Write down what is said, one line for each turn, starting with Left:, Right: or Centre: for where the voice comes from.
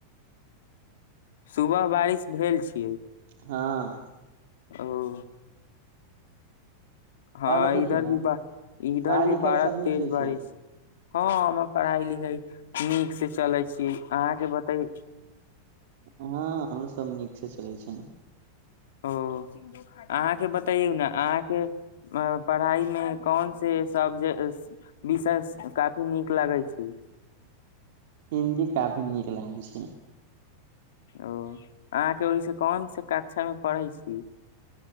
Left: सुबह बारिश भेल छियै
Right: हँ
Left: ओ हँ
Right: और बतै
Left: इधर
Right: छी ने
Left: भी ब इधर
Right: पढ़ाइ
Left: भी
Right: लिखाइ
Left: बारा
Right: सब
Left: तेज
Right: नीक से
Left: बारिश
Right: छै
Left: हँ हमर पढ़ाई लिखाई नीक से चलै छियै अहाँके बतैयो
Right: हँ हमरो सभ नीकसे चलै छै
Left: ओ अहाँके बतैयौ ने अहाँके पढ़ाई मे कोन से सब जे विषय काफी नीक लागै छै
Right: हिन्दी काफी नीक लागै छै
Left: ओ अहाँके ओहिसे कोनसे कक्षामे पढ़ै छी